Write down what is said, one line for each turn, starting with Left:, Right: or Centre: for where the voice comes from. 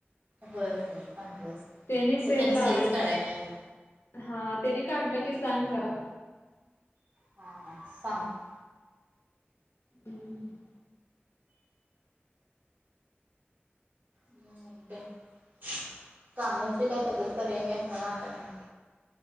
Right: होय होय चांगलं असत
Left: त्यानी सेल
Right: तर त्यांनी
Left: लावाण्यात
Right: सगळीच काढाय
Left: वाटत
Right: न्याग.
Left: हा त्याने काढलं की सांग जरा.
Right: हा हा सांगते.
Left: हम्म <unintelligible>
Right: मग आणि काय स्वामूची काय तब्येत बरी आहे काय फोन आलता का नाही.